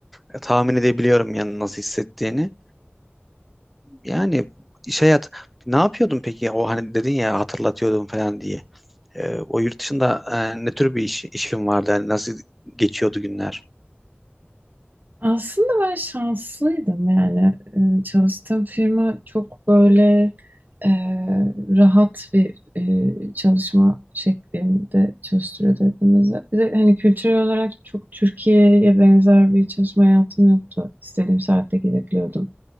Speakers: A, in the centre; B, on the right.
A: e, tahmin edebiliyorum yani nasıl hissettiğini. Yani iş hayat ne yapıyordun peki? O hani dedin ya hatırlatıyordum falan diye. E, o yurt dışında e, ne tür bir iş, işin vardı? Yani nasıl geçiyordu günler?
B: Aslında ben şanslıydım yani Ee, çalıştığım firma çok böyle e, rahat bir e, çalışma şeklinde çalıştırıyordu hepimizi. Bir de hani kültürel olarak çok Türkiye'ye benzer bir çalışma hayatım yoktu. İstediğim saatte gidebiliyordum.